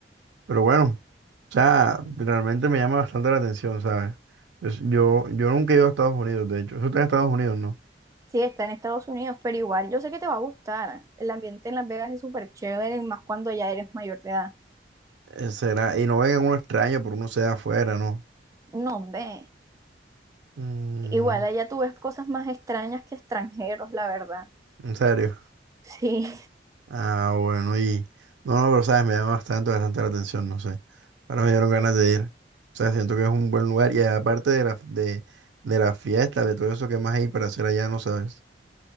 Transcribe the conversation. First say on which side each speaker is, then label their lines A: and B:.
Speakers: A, on the right (about 85°); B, on the right (about 20°).
A: Pero bueno, o sea, realmente me llama bastante la atención, ¿sabes? Es- Yo, yo nunca he ido a Estados Unidos, de hecho. Eso está en Estados Unidos, ¿no?
B: Sí, está en Estados Unidos, pero igual yo sé que te va a gustar. El ambiente en Las Vegas es súper chévere, más cuando ya eres mayor de edad.
A: Eh, Será, y no vengan uno extraño por uno sea afuera, ¿no?
B: No, hombre.
A: Mm,
B: Igual allá tú ves cosas más extrañas que extranjeros, la verdad.
A: ¿en serio?
B: Sí,
A: Ah, bueno, y... No, no, pero sabes, me llama bastante, bastante la atención, no sé. Ahora me dieron ganas de ir. O sea, siento que es un buen lugar y aparte de la, de, de la fiesta, de todo eso que más hay para hacer allá, no sabes.